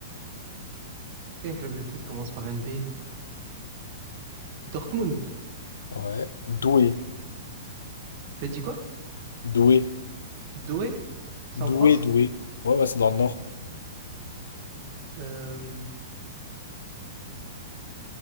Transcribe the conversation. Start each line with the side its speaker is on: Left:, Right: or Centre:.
Right: Il y a Un club de foot qui commence par un D. Dortmund.
Left: Ouais. Douai.
Right: T'as dit quoi?
Left: Douai.
Right: Douai? C'est
Left: Doué,
Right: en France?
Left: Doué. Ouais, ouais, c'est dans le nord.
Right: Euh,